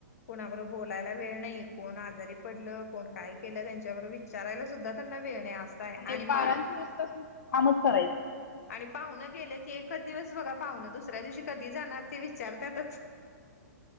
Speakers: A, on the left; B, on the left.
A: कोणाबरोबर बोलायला वेळ नाही कोण आजारी पडलं कोण काय केलं त्यांच्याबरोबर विच विचारायला सुद्धा त्यांना वेळ नाही. आहे
B: आणेक
A: आणि
B: बारा्न
A: माणूस
B: चोवीस तास नुस् कामच करायचं.
A: आणि पाहुण गेलं की एकच दिवस बगा पाहुणं दुसऱ्या दिवशी कधी जाणार. ते विचारत्यातच.